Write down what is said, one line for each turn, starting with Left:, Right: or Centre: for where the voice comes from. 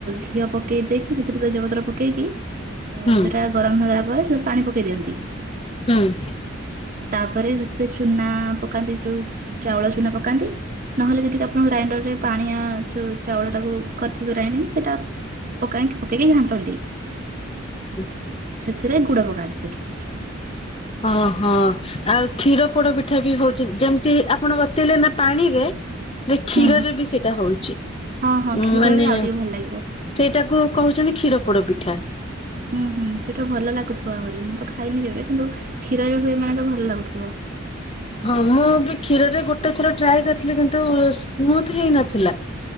Right: ଘିଅ ପକେଇ ଦେଇକି ସେଥିରେ ତେଜପତ୍ର ପକେଇକି ହଁ
Left: ହୁଁ
Right: ସେଟାରେ ଗରମ ହେଲା ପରେ ସେଥିରେ ପାଣି ପକେଇ ଦିଅନ୍ତି।
Left: ହୁଁ।
Right: ତାପରେ ସେଥିରେ ଚୁନା ପକାନ୍ତି ଯୋଉ ଚାଉଳ ଚୁନା ପକାନ୍ତି ନହେଲେ ଯଦି ଆପଣ ଗ୍ରାଇଣ୍ଡରରେ ପାଣିଆ ଚୁ ଚାଉଳ ଟାକୁ କରିଥିବେ ଗ୍ରାଇଡିଙ୍ଗ୍ ସେଇଟା ପକାଇଙ୍କ୍ ପକେଇକି ଘାଣ୍ଟନ୍ତି।
Left: ଉଁ।
Right: ସେଥିରେ ଗୁଡ଼ ପକାନ୍ତି ସେଠୁ।
Left: ଅ ହ ଆଉ କ୍ଷୀର ପୋଡ ପିଠା ବି ହଉଚି ଯେମିତି ଆପଣ ବତେଇଲେ ନା ପାଣିରେ ସେ
Right: ହୁଁ।
Left: କ୍ଷୀରରେ ବି ସେଇଟା ହଉଚି
Right: ହଁ ହଁ
Left: ଉ
Right: କ୍ଷୀରରେ
Left: ମାନେ
Right: ଆଉ ଟିକେ ଭଲ ଲାଗିବ
Left: ସେଇଟାକୁ କହୁଚନ୍ତି କ୍ଷୀର ପୋଡ ପିଠା।
Right: ଉଁ ହୁଁ ସେଇଟା ଭଲ ଲାଗୁଥିବ ଆହୁରି ମୁଁ ତ ଖାଇନି କେବେ କିନ୍ତୁ କ୍ଷୀରରେ ହୁଏ ମାନେ ତ ଭଲ ଲାଗୁଥିବ।
Left: ହଁ ମୁଁ ବି କ୍ଷୀରରେ ଗୋଟେ ଥର ଟ୍ରାଏ କରିଥିଲି କିନ୍ତୁ ସ୍ମୁଥ୍ ହେଇନଥିଲା।